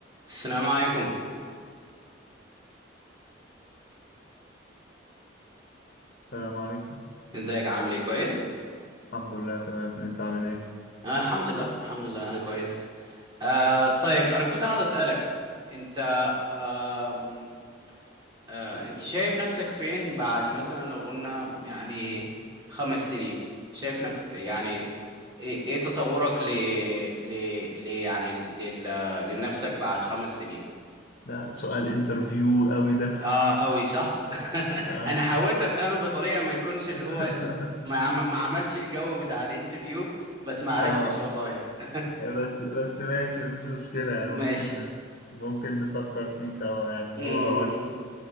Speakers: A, on the right; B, on the left.
A: السلام عليكم
B: السلام عليكم
A: ازيك عامل ايه كويس
B: الحمد لله تمام انت عامل ايه
A: انا الحمد لله الحمد لله انا كويس آه طيب انا كنت عاوز اسالك انت آم، آه انت شايف نفسك فين بعد مثلا لو قلنا يعني خمس سنين شايف نف يعني ايه إيه تصورك ل ل ل يعني لل لنفسك بعد خمس سنين
B: ده سؤال انترفيو قوي ده
A: اه قوي صح <laughs>
B: اه
A: انا حاولت اساله بطريقه ما يكونش
B: <laughs>
A: اللي هو ال... ما عم... ما عملش الجو بتاع الانترفيو بس ما عرفتش
B: آه،
A: والله <laughs>
B: بس بس ماشي مفيش مشكلة يعني
A: ماشي
B: ممكن ممكن نفكر فيه سوا يعني
A: م
B: ما
A: -م
B: اقول
A: -م.